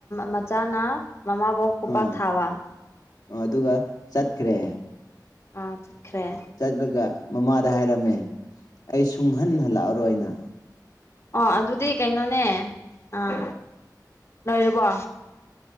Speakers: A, on the left; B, on the left.
A: ꯃꯆꯥꯅ ꯃꯃꯥꯕꯣꯛ ꯄꯨꯄꯥꯛ
B: ꯑꯥ
A: ꯊꯥꯕ
B: ꯑꯗꯨꯒ ꯆꯠꯈ꯭ꯔꯦ
A: ꯑꯥ ꯆꯠꯈ꯭ꯔꯦ
B: ꯆꯠꯂꯒ ꯃꯃꯥꯗ ꯍꯥꯏꯔꯝꯃꯦ ꯑꯩ ꯁꯨꯡꯍꯟ ꯍꯜꯂꯛꯑꯔꯣꯏꯅ
A: ꯑꯣ ꯑꯗꯨꯗꯤ ꯀꯩꯅꯣꯅꯦ ꯑꯥ ꯂꯣꯏꯔꯕꯣ